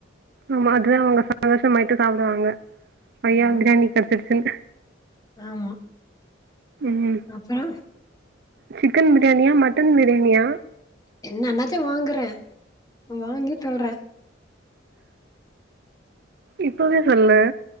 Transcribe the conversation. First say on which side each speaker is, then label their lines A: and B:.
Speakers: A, on the right; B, on the left.
A: ஆமா அதா அவ்ங்க சந்தோஷமாயிட்டு சாப்டுவாங்க பைய்ய
B: ம்
A: பிரியாணி கெடச்சிடுச்சுனு
B: ஆமா
A: ம்
B: அப்பறோ
A: சிக்கன் பிரியாணியா மட்டன் பிரியாணியா
B: என்னன்னாத்யு வாங்கற வாங்கி தள்ற
A: இப்பவே சொல்லு
B: ம்